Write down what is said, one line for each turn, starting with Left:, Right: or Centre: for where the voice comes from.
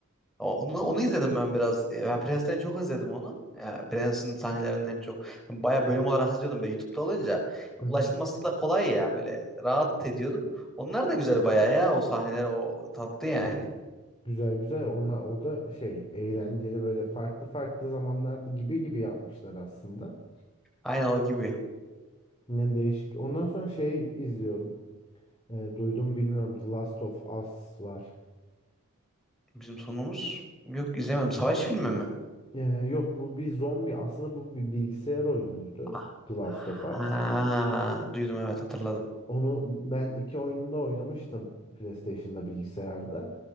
Centre: O- Onu, onu izledim ben biraz. E, Ben Prens'ten çok izledim onu. E, Prens'in sahnelerinden çok. Bayağı bölüm olarak izliyordum böyle YouTube'da olunca.
Left: Hı
Centre: Ulaşılması
Left: hı.
Centre: da kolay ya böyle rahat ediyordum. Onlar da güzel bayağı ya o sahneler o tatlı yani.
Left: Güzel güzel. Onlar o da şey eğlenceli böyle farklı farklı zamanlarda gibi gibi yapmışlar aslında.
Centre: Aynen o gibi.
Left: Yani değişik. Ondan sonra şey izliyorum. E, duydum bilmiyorum. The Last of Us var.
Centre: Bizim sonumuz yok izlemedim. Savaş filmi mi?
Left: E, yok bu bir zombi. Aslında bu bir bilgisayar oyunuydu.
Centre: Ah,
Left: The Last of Us.
Centre: Ha, duydum evet hatırladım.
Left: Onu ben iki oyununda oynamıştım PlayStation'da bilgisayarda.